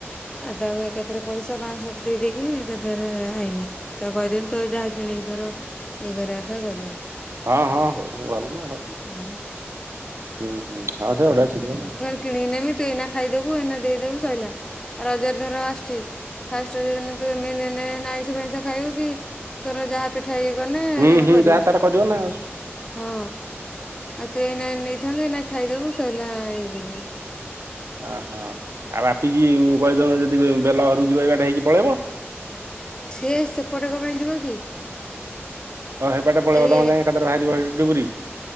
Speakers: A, on the left; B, on the right.
A: ଆଉ ତାକୁ ଏକାଥରେ ପଇସା ପାଞ୍ଚ, ଛଶହ ଦେଇଦେଇକି ଏକା ଥରେ ଆଇଲି। ତାକୁ କହିଦେଲି ତୁ ଏଇଟା କିଣିକି ତୋର ଇଏ କରିବା କଥା କରିବୁ।
B: ହଁ ହଁ ହଉ ଭଲ ନା।
A: ହୁଁ।
B: ହୁଁ ହୁଁ। ହଉ ସେ ଅଡୁଆ ଛିଡିଵ।
A: କିଣି ନେମି ତୁ ଏଇନା ଖାଇଦେବୁ। ଏଇନା ଦେଇଦେବୁ ସଇଲା। ରଜ ଦିନ ଆସୁଛି। <inaudible> ଫାଷ୍ଟଦିନ ତୁ ଏ ନେ ନେ ନେ ନେ ନେ ଆଇଁଷ ଫାଇଁଷ ଖାଇବୁ କି? ତୋର ଯାହା ପିଠା ଇଏ କଲେ
B: ହୁଁ ହୁଁ
A: କରିବୁ।
B: ଯାହା ତାର କରିବ ନା ଆଉ
A: <inaudible> ହଁ। ଆଉ ତ ଏଇନା ନେଇଥାନ୍ତୁ। ଏଇନା ଖାଇଦବୁ ସଇଲା ହେଇକିରି।
B: ଓଃ <inaudible> ଆଉ ଆପିକି କହିଦେବ ଯଦି ବେଲ ହରୁଛି ଯିବ ଏଗାରଟା ହେଇକି ପଳେଇବ।
A: ସିଏ ସେପଟେ କଣ ପାଇଁ ଯିବ କି?
B: ହଁ ହେବାଟେ ପଳାଇବ
A: ଏଇ
B: ତମ ଯାଇ ଏକାଥରେ ବାହାରିଯିବ ହେଇ ଟୁବୁରି।